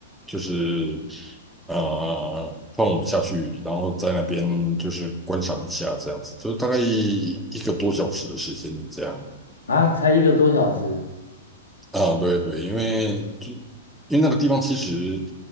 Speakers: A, in the centre; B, on the left.
A: 就是呃，放我们下去，然后在那边就是观赏一下，这样子，就是大概一个多小时的时间这样。
B: 啊，才一个多小时。
A: 啊、对对，因为就因为那个地方其实，